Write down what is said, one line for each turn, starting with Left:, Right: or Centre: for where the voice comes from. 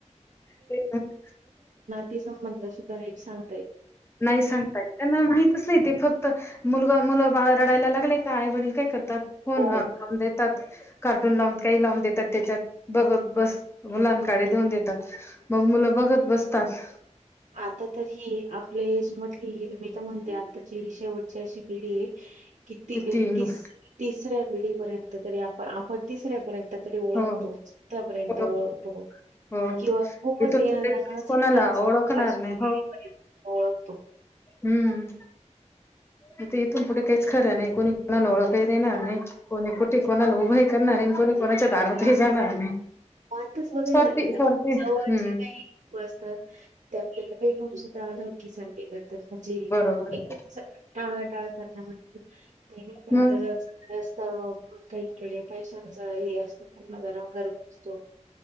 Left: <unintelligible>
Right: ती संबंध सुद्धा नीट सांग
Left: नाही सांगता येत त्यांना माहितच नाही. ते फक्त मुलगा मुलं बाळ रडायला लागले का, आई वडील काय करताात फोन
Right: हो.
Left: लावून देतात कार्टून लावून काही लावून देतात त्याच्यात बघत बस. मुलांकाडे देऊन देतात, मग मुलं बघत बसतात.
Right: आता तर ही आपल्या एज मधली मी तर म्हणते आताची शेवटची अशी पिढी आहे कि ती
Left: किती मग
Right: तिस तिसऱ्या पिढीपर्यंत तरी आप आपण तिसऱ्यापर्यंत तरी ओळखतोच
Left: हो,
Right: तिथं पर्यंत
Left: ओळख
Right: ओळखतो
Left: ओळखतो.
Right: किंवा खूपच
Left: इथून
Right: येणं
Left: पुढे
Right: जाणं
Left: कोणीच
Right: असेल
Left: कोणाला
Right: तरच
Left: ओळखणार
Right: <unintelligible>
Left: नाही.
Right: ओळख तो
Left: हम्म. आता इथून पुढे काहीच खर नाही. कोणी कोणाला ओळखही देणार नाही. कोणी कुठे कोणाला उभही करणार नाही. कोणी कोणाच्या दारातही
Right: <unintelligible>
Left: जाणार नाही.
Right: माणसंच बघायला
Left: स्वार्थी
Right: मिळत
Left: स्वार्थी
Right: जवळचे
Left: हं.
Right: काही असतात ते आपल्याला भेटून सुद्धा आलं नोळखी सारखं हे करतात म्हणजे
Left: बरोबर
Right: एकदम
Left: आहे.
Right: टाळ टाळ करणं म्हणजे ते नाही का
Left: मग
Right: तर काहीकडे पैशांच हे त्यांना जरा गर्व असतो.